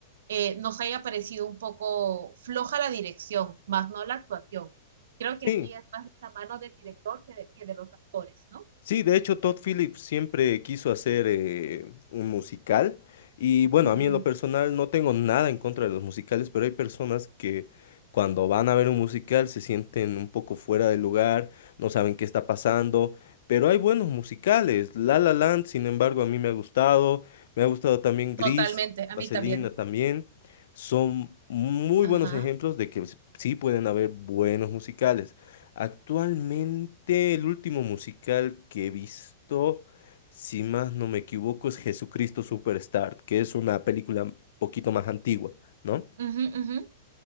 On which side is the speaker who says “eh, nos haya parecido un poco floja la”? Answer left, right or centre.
Right